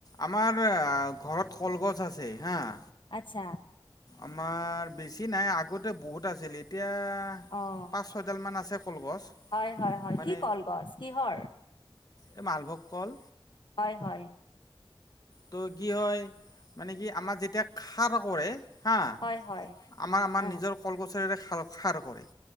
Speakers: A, on the left (about 45°); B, on the left (about 60°).
A: আমাৰ ঘৰত কলগছ আছে হাঁ?
B: আচ্ছা
A: আমাৰ বেছি নাই আগতে বহুত আছিল এতিয়া,
B: অঁ
A: পাঁচ ছয়ডালমান আছে। কলগছ
B: হয় হয় হয়
A: মানে
B: কি কলগছ কিহৰ?
A: এই মালভোগ কল।
B: হয় হয়।
A: ত' কি হয় মানে কি আমাৰ যেতিয়া খাৰ কৰে হাঁ?
B: হয় হয়
A: আমাৰ আমাৰ
B: আহ
A: নিজৰ কলগছৰেৰে খ খাৰ কৰে।